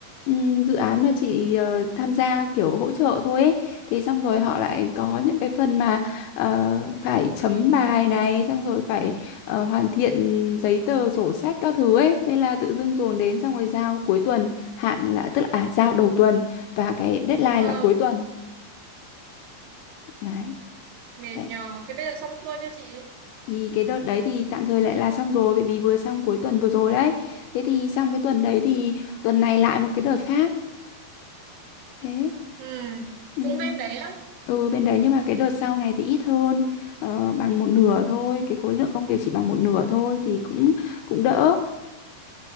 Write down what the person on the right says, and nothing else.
ừ,
mệt
nhờ. Thế bây giờ xong xuôi chưa chị?
Ừ,
cũng bên đấy á.